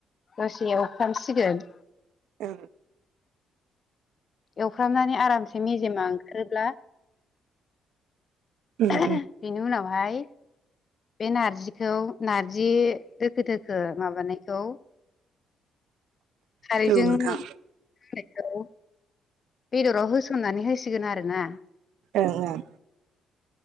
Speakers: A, on the left (about 45°); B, on the right (about 85°).
A: दसेयाव एवफ्रामसिगोन।
B: ओ
A: एवफ्रामनानै आरामसे मेजेमा ओंखारोब्ला
B: उम
A: बेनि उनावहाय बे नारजिखौ नारजि दोखो दोखो माबानायखौ खारैजों
B: औ नोंथां
A: नायखौ'औ बेदराव होसननानै होसिगोन आरो ना।
B: ओं ओं